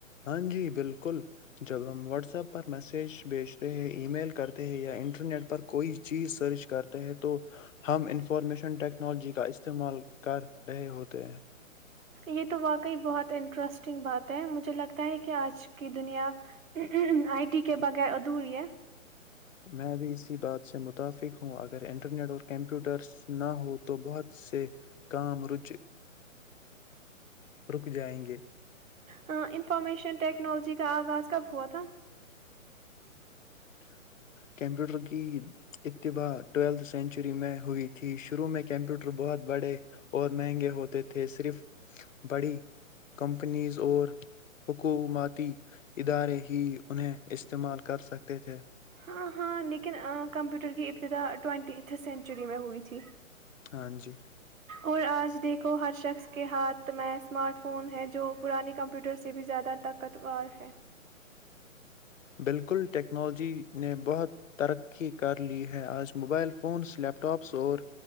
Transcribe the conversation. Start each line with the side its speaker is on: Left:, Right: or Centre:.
Left: ہاں جی بالکل جب ہم واٹس ایپ پر میسج بیجتے ہیں ای میل کرتے ہیں یا انٹرنیٹ پر کوئی چیز سرچ کرتے ہیں تو ہم انفارمیشن ٹیکنالوجی کا استعمال کر رہے ہوتے ہیں
Right: یہ تو واقعی بہت انٹرسٹنگ بات ہے مجھے لگتا ہے کہ آج کی دنیا آئی ٹی کے بغیر ادھوری ہے
Left: میں بھی اسی بات سے متفق ہوں اگر انٹرنیٹ اور <unintelligible> کمپیوٹرس نہ ہو تو بہت <unintelligible> سے کام ر رک جائیں گے
Right: انفارمیشن ٹیکنالوجی کا آغاز کب ہوا تھا
Left: کمپیوٹر کی اتباع ٹویلتھ سینچری میں ہوئی تھی شروع میں کمپیوٹر بہت بڑے اور مہنگے ہوتے تھے صرف بڑی کمپنیز اور حکومتیی ادارے ہی انہیں استعمال کر سکتے تے تھے
Right: ہاں ہاں لیکن کمپیوٹر کی ابتدا ٹوینٹی سنچری میں ہوئی تھی
Left: ہاں جی
Right: اور آج دیکھو ہر شخص کے ہاتھ میں اسمارٹ فون ہے جو پرانے کمپیوٹر سے بھی زیادہ طاقتور ہے
Left: بالکل ٹ ٹیکنالوجی نے بہت ترقی کر لی ہے آج موبائل فونس لیپ ٹاپس اور